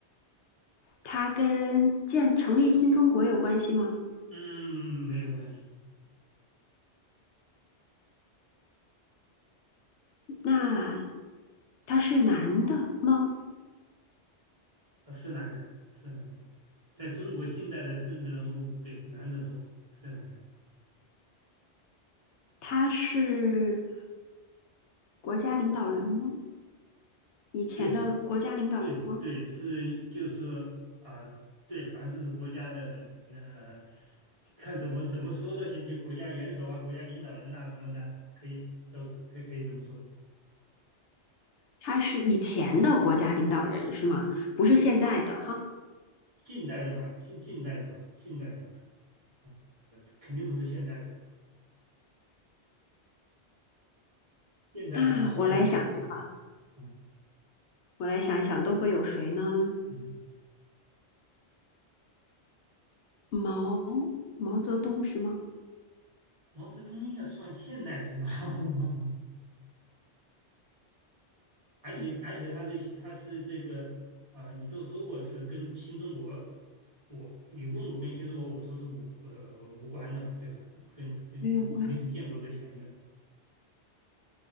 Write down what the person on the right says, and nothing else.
嗯，没有关系，
呃，是男的，是男的，在中国近代的政治人物，对，男的多，是男的。
对，对对，是就是啊、对，凡是是国家的，呃，看怎么怎么说都行，就国家元首啊、国家领导人呐、什么的，可以都可以可以这么说。
近代的嘛，近近代的嘛，近代的嘛，嗯呃肯定不是现在的，现在就是现代的，
吧？嗯
嗯，
毛泽东应该算现代人吧？<laughs> 而且而且他是他是这个啊、
你都说过是跟新中国，我你问我跟新中国，我说是无呃无关的嘛，对吧？跟跟这肯定是建国之前的，